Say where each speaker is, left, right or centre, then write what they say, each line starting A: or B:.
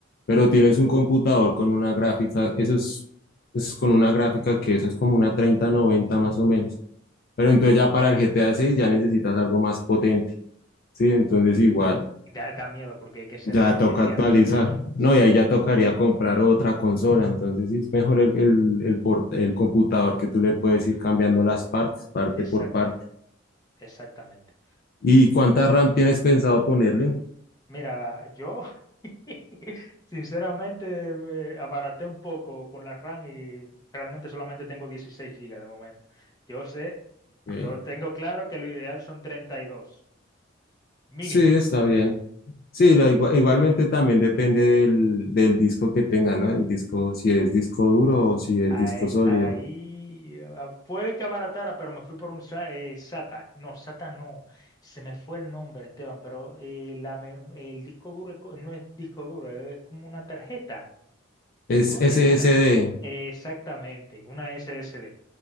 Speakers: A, on the left; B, on the left.
A: pero
B: ujú.
A: tienes un computador con una gráfica, eso es, es con una gráfica que eso es como una 3090 más o menos. Pero entonces ya para el GTA 6 ya necesitas algo más potente, sí, entonces igual
B: Da, da miedo porque que se
A: ya
B: ve
A: toca
B: bestial,
A: actualizar.
B: ¿eh? Sí,
A: No, y ahí ya
B: sí.
A: tocaría comprar otra consola, entonces sí es mejor el, el, el, port- el computador que tú le puedes ir cambiando las partes, parte
B: Exactamente,
A: por parte.
B: exactamente.
A: ¿Y cuánta RAM tienes pensado ponerle?
B: Mira, yo <laughs> sinceramente me abaraté un poco con la RAM y realmente solamente tengo 16 gigas de momento. Yo sé,
A: Ok.
B: lo tengo claro que lo ideal son 32, mínimo.
A: Sí,
B: <laughs>
A: está bien. Sí,
B: Ujú.
A: la igua- igualmente también depende del, del disco que tenga, ¿no? El disco, si es disco duro o si es
B: Ahí,
A: disco sólido.
B: ahí ah, puede que abaratara, pero me fui por un sa- eh, SATA. No, SATA no. Se me fue el nombre, Esteban, pero eh, la mem- el disco duro es co- no es disco duro, es como una tarjeta.
A: Es
B: ¿Tú entiendes?
A: SSD.
B: Una, exactamente, una SSD.